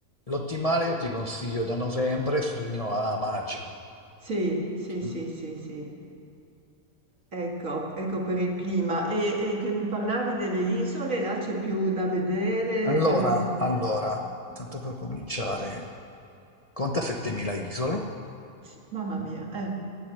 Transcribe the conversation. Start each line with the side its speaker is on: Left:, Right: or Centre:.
Left: l'ottimale io ti consiglio da novembre fino a maggio.
Right: Sì, sì, sì,
Left: Mm?
Right: sì, sì. Ecco, ecco per il clima. E, e che mi parlavi delle isole, là c'è più da vedere.
Left: Allora,
Right: ehm.
Left: allora, tanto per cominciare, conta 7000 isole,
Right: S mamma mia, eh.